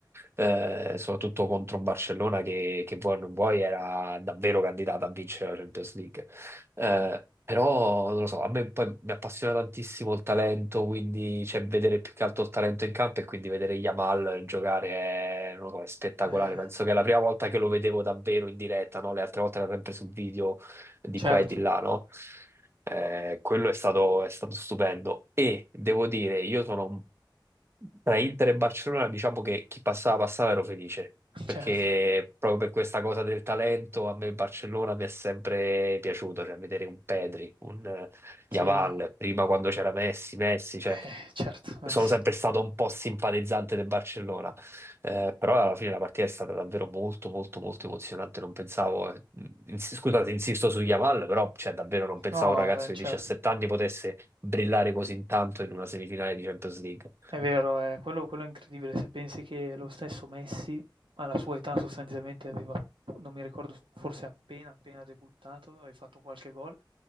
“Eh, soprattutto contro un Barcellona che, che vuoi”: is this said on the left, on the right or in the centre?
Right